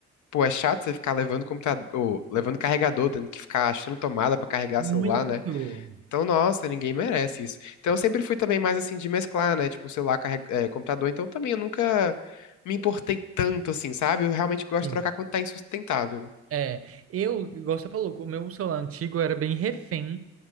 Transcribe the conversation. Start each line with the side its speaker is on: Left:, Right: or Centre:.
Left: Pô, é chato você ficar levando computador, levando carregador, tendo que ficar achando tomada pra carregar
Right: Muito.
Left: celular, né? Então, nossa, ninguém merece isso. Então, eu sempre fui também mais assim de mesclar, né? Tipo, um celular, carrega- é, computador. Então, também eu nunca me importei tanto assim, sabe? Eu realmente gosto
Right: Sim.
Left: de trocar quando tá insustentável.
Right: É, eu, igual você falou, o meu celular antigo era bem refém